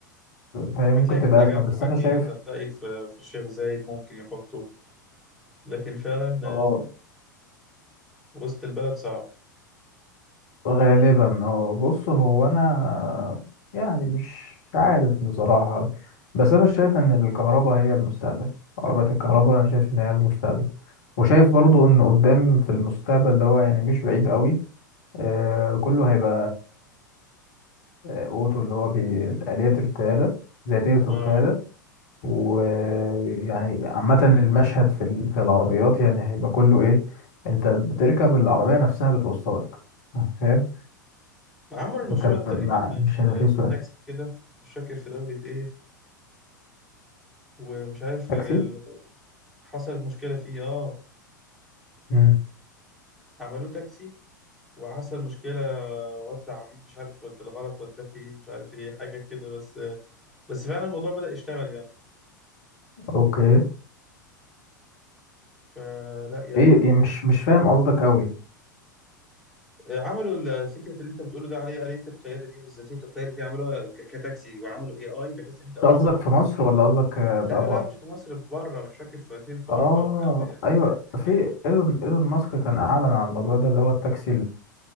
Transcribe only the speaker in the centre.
هتلاقي
في التجمع
أكيد
هتلاقي في في الشيخ زايد ممكن يحطه لكن فعلا
آه، وسط البلد صعب
اه
عملوا المشروع
ده تقريبا
آه،
في تاكسي كده مش فاكر في دولة إيه ومش عارف
آه، حصلت مشكلة فيه اه
عملوه تاكسي وحصل مشكلة آه، ودع عميل مش عارف ود- بالغلط وداه فين مش عارف إيه حاجة كده بس آه، بس فعلا الموضوع بدأ يشتغل يعني
فلا يعني
عملوا ال- فكره اللي انت بتقوله ده عليه آلية القياده دي وذاتيه القياده دي عملوها ك- كتاكسي وعملوا اي اي بحيث ان انت اول
ما تخش
لا
لا لا مش في مصر في بره مش فاكر في فين في اوروبا
او في امريكا
في حته ما